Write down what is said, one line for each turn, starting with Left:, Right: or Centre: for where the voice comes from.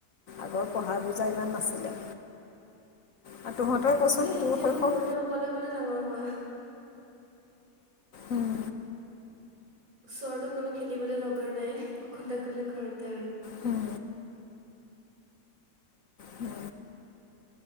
Left: আগৰ পঢ়া বুজা
Right: উম
Left: ইমান নাছিলে, আৰু তহঁতৰ কচোন
Right: মোৰে এতিয়া
Left: তোৰ শৈশৱ
Right: মই সৰুতে অকলে অকলে ডাঙৰ হোৱা।
Left: উম,
Right: ওচৰতো কোনো খেলিবলৈ লগৰ নাই অকলে অকলে ঘৰতে আৰু।
Left: উম, হু,